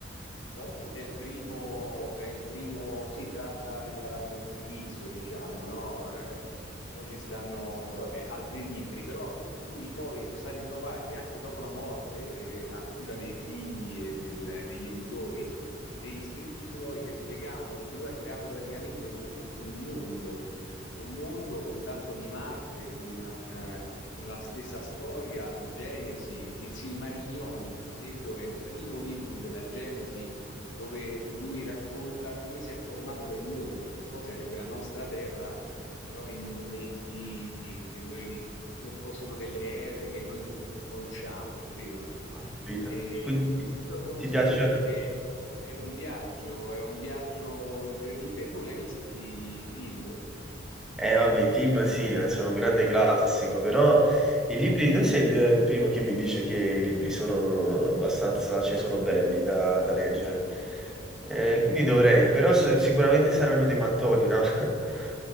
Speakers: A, on the left; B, in the centre.
A: L'Hobbit è il primo, è il primo, sì, tratta della- dell'inizio, diciamo, no? Eh, poi ci stanno, vabbè, altri libri, però lui poi sono stati trovati anche dopo la morte, eh, a cura dei figli e del- degli editori, degli scritti suoi che spiegavano, perché lui ha creato praticamente un, un mondo un mondo con tanto di mappe, con, eh, con la stessa storia, la Genesi, il Silmarillion, per esempio, è il primo libro della Genesi dove lui racconta come si è formato quel mondo, che poi sarebbe la nostra terra, però in momenti che noi, come se fossero delle ere che noi non conosciamo, capito?
B: Ho capito.
A: E
B: Quindi
A: io te lo consiglio
B: ti piace?
A: perché è un viaggio, è un viaggio incredibile. Tu l'hai visti i film?
B: Eh, vabbè, i film sì, eh, sono un grande classico, però i libri, non sei eh, il primo che mi dice che i libri sono abbastanza, cioè sono belli da, da leggere. Eh, quindi dovrei, però so- sicuramente saranno dei mattoni, no? <laughs>